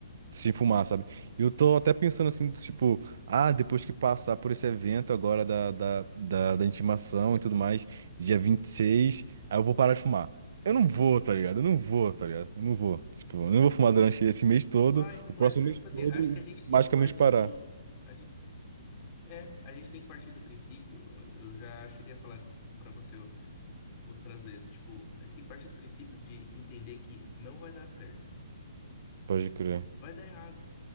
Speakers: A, on the right; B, on the left.
A: Se fumar, sabe? E eu tô até
B: Não
A: pensando
B: tem.
A: assim, do tipo, ah, depois que passar por esse evento agora da, da, da, da intimação e tudo mais, dia 26, aí eu vou parar de fumar. Eu não vou, tá ligado? Eu não vou, tá ligado? Eu não vou. Tipo, eu não vou fumar durante esse mês todo,
B: Não vai, não
A: o próximo
B: vai. É,
A: mês
B: Tipo
A: todo,
B: assim, acho
A: e
B: que a gente
A: basicamente
B: tem que partir
A: parar.
B: do. A gente, é, a gente tem que partir do princípio. Eu eu já cheguei a falar pra você outras vezes. Tipo, a gente tem que partir do princípio de entender que não vai dar certo.
A: Pode crer.
B: Vai dar errado.